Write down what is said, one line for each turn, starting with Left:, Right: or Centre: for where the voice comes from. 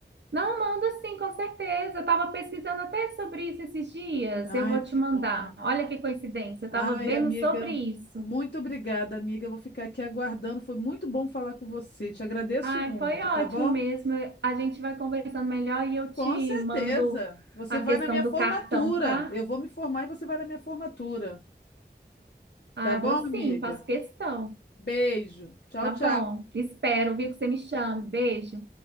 Right: Não, manda sim, com certeza. Eu estava pesquisando até sobre isso esses dias.
Left: Ai,
Right: Eu vou
Left: que
Right: te mandar.
Left: bom.
Right: Olha que coincidência, eu estava
Left: Ai,
Right: vendo
Left: amiga,
Right: sobre isso.
Left: muito obrigada, amiga. Eu Vou ficar aqui aguardando. Foi muito bom falar com você. Te agradeço
Right: Ai,
Left: muito,
Right: foi ótimo
Left: tá bom?
Right: mesmo. A gente vai conversando melhor e eu
Left: Com
Right: te
Left: certeza.
Right: mando
Left: Você
Right: a
Left: vai
Right: questão
Left: na minha formatura.
Right: do cartão, tá?
Left: Eu vou me formar e você vai na minha formatura.
Right: Ah,
Left: Tá bom,
Right: vou sim,
Left: amiga?
Right: faço questão.
Left: Beijo. Tchau,
Right: Tá
Left: tchau.
Right: bom. Espero, viu, que você me chame. Beijo.